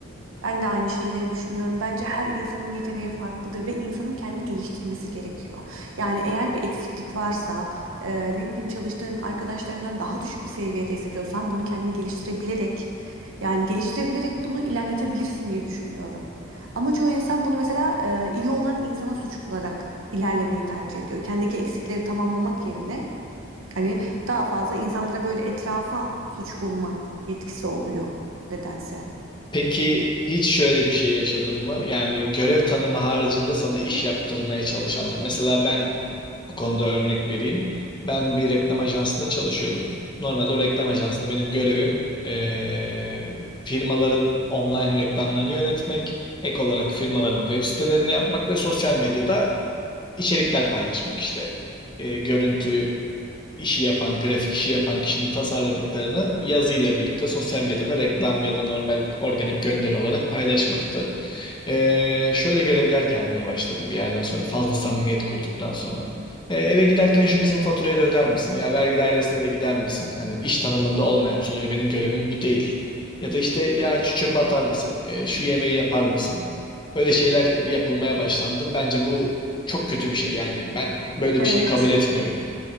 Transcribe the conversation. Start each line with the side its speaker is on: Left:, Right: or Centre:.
Right: Ben de aynı şeyleri düşünüyorum. Bence her insanın yeteneği farklıdır ve insanın kendi geliştirmesi gerekiyor. Yani eğer bir eksiklik varsa, e, ne bileyim çalıştığın arkadaşlarından daha düşük bir seviyede hissediyorsan bunu kendini geliştirebilerek, yani geliştirebilerek bunu ilerletebilirsin diye düşünüyorum. Ama çoğu insan bunu mesela e, iyi olan insana suç bularak ilerlemeyi tercih ediyor. Kendiki eksikleri tamamlamak yerine hani daha fazla insanlara böyle etrafa suç bulma yetkisi oluyor nedense.
Left: Peki hiç şöyle bir şey yaşadın mı? Yani görev tanımı haricinde sana iş yaptırmaya çalışanlar. Mesela ben bu konuda örnek vereyim. Ben bir reklam ajansında çalışıyordum. Normalde o reklam ajansında benim görevim eee, firmaların online reklamlarını yönetmek, ek olarak firmaların web sitelerini yapmak ve sosyal medyada içerikler paylaşmak işte. Eee, görüntü işi yapan, grafik işi yapan kişinin tasarladıklarını yazıyla birlikte sosyal medyada reklam ya da normal organik gönderi olarak paylaşmaktı. Ee, şöyle görevler gelmeye başladı bir yerden sonra, fazla samimiyet kurduktan sonra. Ee, eve giderken şu bizim faturayı da öder misin? Ya vergi dairesine de gider misin? Hani iş tanımında olmayan, sonuçta benim görevim bu değil. Ya da işte ya şu çöpe atar mısın? Ee, şu yemeği yapar mısın? Böyle şeyler yapılmaya başlandı. Bence bu çok kötü bir şey. Yani ben böyle bir
Right: Evet.
Left: şeyi kabul etmiyorum.